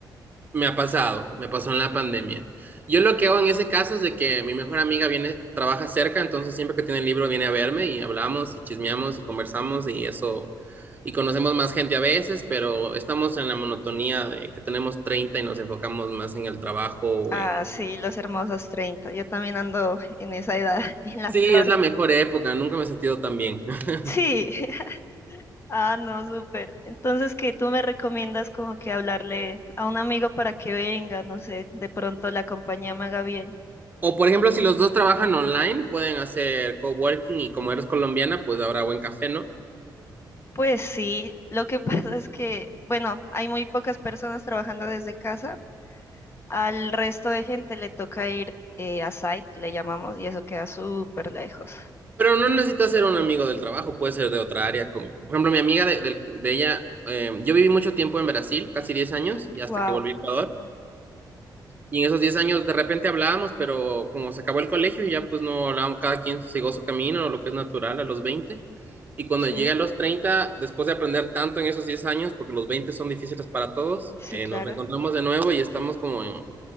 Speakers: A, on the right; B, on the left.
A: Me ha pasado, me pasó en la pandemia. Yo lo que hago en ese caso es de que mi mejor amiga viene, trabaja cerca, entonces siempre que tiene el libro viene a verme y hablamos y chismeamos y conversamos y eso, y conocemos más gente a veces, pero estamos en la monotonía de que tenemos 30 y nos enfocamos más en el trabajo
B: Ah,
A: o en...
B: sí, los hermosos 30. Yo también ando en esa edad, <laughs> en la
A: Sí,
B: flor.
A: es la mejor época, nunca me he sentido tan bien. <laughs>
B: Sí. <laughs> Ah, no, súper. Entonces, ¿qué tú me recomiendas como que hablarle a un amigo para que venga? No sé, de pronto la compañía me haga bien.
A: O por ejemplo, si los dos trabajan online, pueden hacer coworking y como eres colombiana, pues habrá buen café, ¿no?
B: Pues sí, lo que <laughs> pasa es que, bueno, hay muy pocas personas trabajando desde casa Al resto de gente le toca ir eh, a site, le llamamos, y eso queda súper lejos.
A: Pero no necesitas ser un amigo del trabajo, puede ser de otra área. como- por ejemplo, mi amiga de, del- de ella, eh, yo viví mucho tiempo en Brasil, casi 10 años, y hasta
B: Wow,
A: que volví a Ecuador. Y en esos 10 años de repente hablábamos, pero como se acabó el colegio, ya pues no hablábamos, cada quien siguió su camino, lo que es natural a los 20. Y cuando
B: sí,
A: llegué a los 30, después de aprender tanto en esos 10 años, porque los 20 son difíciles para todos,
B: sí,
A: eh,
B: claro.
A: nos reencontramos de nuevo y estamos como en,